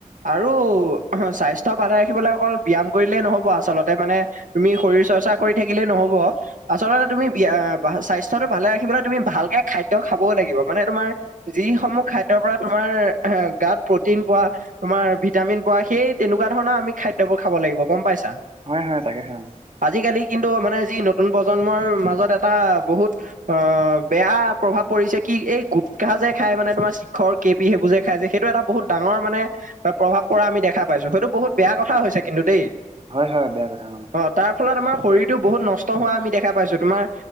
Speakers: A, on the right; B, on the right.
A: আৰু স্বাস্থ্য ভালে ৰাখিবলৈ অকল ব্যায়াম কৰিলেই নহ'ব আচলতে মানে তুমি শৰীৰ চৰ্চা কৰি থাকিলে নহব আচলতে তুমি বিয়া স্বাস্থ্যটো ভালে ৰাখিবলৈ তুমি ভালকে খাদ্য খাবও লাগিব মানে তোমাৰ যিসমূহ খাদ্যৰ পৰা তোমাৰ এ গাত প্ৰটিন পোৱা তোমাৰ ভিটামিন পোৱা সেই তেনেকুৱা ধৰণৰ আমি খাদ্যবোৰ খাব লাগিব গম পাইছা?
B: হয় -হয় তাকেহে অ।
A: আজিকালি কিন্তু মানে যি নতুন প্ৰজন্মৰ মাজত এটা বহুত অ, বেয়া প্ৰভাৱ পৰিছে কি এই গুটখাহ যে খাই মানে তোমাৰ চিখৰ, কে পি সেইবোৰ যে খাই যে সেইটো এটা বহুত ডাঙৰ মানে অ, প্ৰভাৱ পৰা আমি দেখা পাইছোঁ সেইটো বহুত বেয়া কথা হৈছে কিন্তু দেই
B: হয় হয় বেয়া কথা
A: অ, তাৰ ফলত আমাৰ শৰীৰটো বহুত নচ ত 'হোৱা আমি দেখা পাইছো তোমাৰ